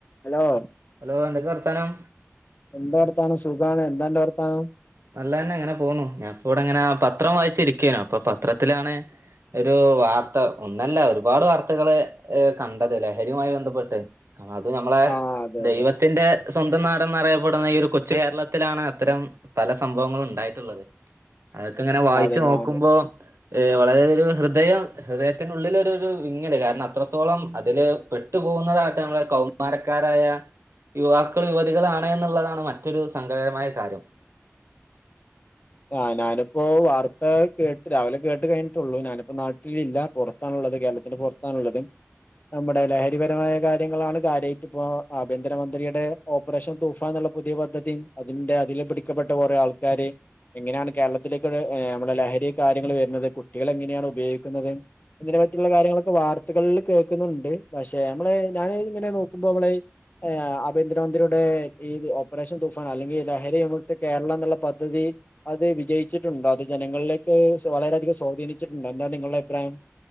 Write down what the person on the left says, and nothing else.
ഹലോ
എന്താവർത്താനം സുഖാണ് എന്താ അന്റെ വർത്താനം
ആഹ് അതെ
അതെ
അതെ
ഞാന്
ആഹ് ഞാനിപ്പോ വാർത്ത കേട്ട് രാവിലെ കേട്ട് കഴിഞ്ഞിട്ടുള്ളൂ ഞാനിപ്പോ നാട്ടിലില്ല പൊറ ത്താണ്ള്ളത് കേരളത്തിന്റെ പുറത്താണുള്ളത് നമ്മടെ ലഹരിപരമായ കാര്യങ്ങളാണ് കാര്യായിട്ട്പ്പോ ആഭ്യന്തരമന്ത്രിയുടെ ഓപ്പറേഷൻ തൂഫാൻ ന്നുംള്ള പുതിയ പദ്ധതിം അതിന്റെ അതില് പിടിക്കപ്പെട്ട കുറേ ആൾക്കാര് എങ്ങനെയാണ് കേരളത്തിലേക്ക് ഏ നമ്മുടെ ലഹരി കാര്യങ്ങൾ വരുന്നത് കുട്ടികൾ എങ്ങനെയാണ് ഉപയോഗിക്കുന്നത് ഇങ്ങനെ മറ്റുള്ള കാര്യങ്ങളൊക്കെ കാര്യങ്ങളൊക്കെ വാർത്തകളില് കേൾക്കുന്നുണ്ട് പക്ഷെ ഞമ്മള് ഞാൻ ഇങ്ങനെ നോക്കുമ്പോ മ്മള് ഏഹ് ആഭ്യന്തരമന്ത്രിയുടെ ഈ ഓപ്പറേഷൻ തൂഫാൻ അല്ലെങ്കിൽ ലഹരി വിമുക്ത കേരളം ന്നുള്ള പദ്ധതി അത് വിജയിച്ചിട്ടുണ്ടോ അത് ജനങ്ങളിലേക്ക് സൊ വളരെയധികം സ്വാധീനിച്ചിട്ടുണ്ടോ എന്താ നിങ്ങള്ടെ അഭിപ്രായം